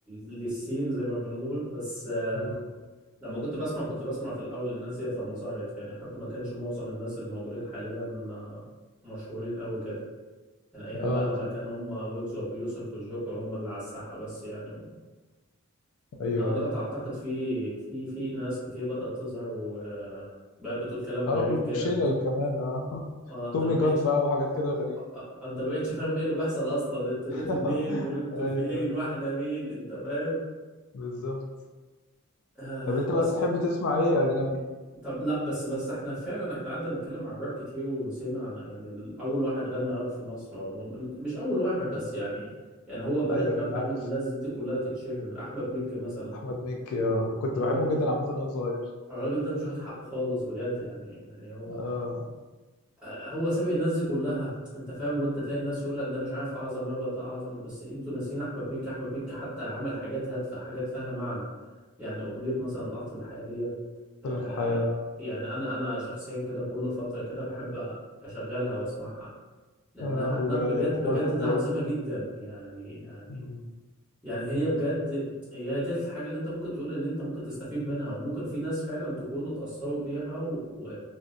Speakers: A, in the centre; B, on the left.
A: للسين زي ما بنقول بس آه،
B: أمم.
A: لما كنت بسمع كنت بسمع في الاول الناس ديت لما ظهرت يعني حتى ما كانش معظم الناس اللي موجودين حاليا آه، مشهورين قوي كده من ايام
B: اه
A: بقى لما كان هم ويجز وابو يوسف والجوكر هم اللي على الساحه بس يعني و...
B: ايوه
A: انما دلوقتي
B: ايوه
A: اعتقد في في في ناس كتير بدات تظهر وبقى بتقول كلام غريب
B: اه
A: كده
B: وشلل
A: انت
B: كمان اه
A: اه انت
B: تومي
A: ما بقتش
B: جان بقى وحاجات كده غريبة
A: آه، آه، انت ما بقتش فاهم ايه اللي بيحصل اصلا انتوا
B: <laughs>
A: جيتوا منين وانتوا
B: ايوه
A: فين
B: أيوة،
A: واحنا مين انت فاهم
B: بالظبط
A: آه
B: طب انت
A: بس
B: بقى بتحب تسمع ايه اجنبي
A: طب لا بس بس احنا فعلا احنا قعدنا نتكلم عن الراب كتير ونسينا يعني ال- اول واحد غنى راب في مصر عموما مش اول واحد
B: آه.
A: بس يعني يعني هو بدأ
B: ايوه
A: الراب
B: أيوة،
A: قبل
B: عارف
A: ما الناس دي كلها تتشهر احمد مكي مثلا
B: احمد مكي آه. كنت
A: الراجل
B: بحبه جدا عامة وانا صغير
A: الراجل ده مش واخد حقه خالص بجد يعني يعني هو
B: آه.
A: هو سابق الناس دي كلها انت فاهم وانت تلاقي الناس يقول لك ده مش عارف اعظم هبه ده اعظم بس انتوا ناسيين احمد مكي احمد مكي حتى عمل حاجات هادفه حاجات فيها معنى يعني اغنيه مثلا قطر الحياه ديت
B: قطر
A: آه
B: الحياة
A: لا يعني انا انا شخصيا كده كل فتره كده بحب اشغلها واسمعها لانها
B: آه. و...
A: لا بجد
B: واغلى
A: بجد
B: من
A: ده
B: اليهود
A: عظيمه جدا يعني يعني
B: مم.
A: يعني هي بجد هي دي الحاجة اللي انت ممكن تقول ان انت ممكن تستفيد منها وممكن في ناس فعلا تكونوا اتأثروا بيها و...